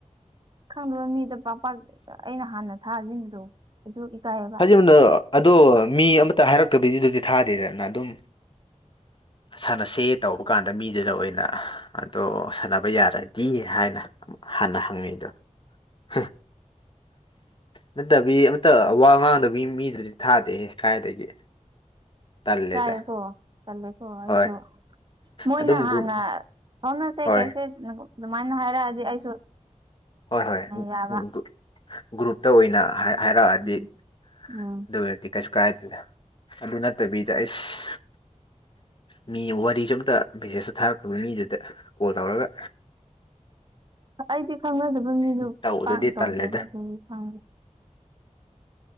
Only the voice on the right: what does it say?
ꯈꯪꯕ ꯃꯤꯗ ꯄꯥꯛ ꯄꯥꯛ ꯑꯩꯅ ꯍꯥꯟꯅ ꯊꯥꯖꯤꯟꯕꯗꯣ ꯑꯗꯨ ꯏꯀꯥꯏ ꯍꯥꯏꯕ
ꯇꯥꯏꯌꯦꯀꯣ ꯇꯜꯂꯦꯀꯣ ꯑꯩꯁꯨ
ꯃꯣꯏꯅ
ꯍꯥꯟꯅ
ꯑꯣ ꯅꯠꯇꯦ
ꯀꯩꯁꯦ ꯑꯗꯨꯃꯥꯏꯅ ꯍꯥꯏꯔꯛꯑꯗꯤ ꯑꯩꯁꯨ
ꯌꯥꯕ
ꯎꯝ ꯎꯝ
ꯑꯩꯗꯤ ꯈꯪꯅꯗꯕ ꯃꯤꯗꯨ
ꯄꯥꯛꯅ ꯇꯧꯗꯦꯕ
ꯑꯗꯨꯒꯤ ꯈꯪꯗꯦ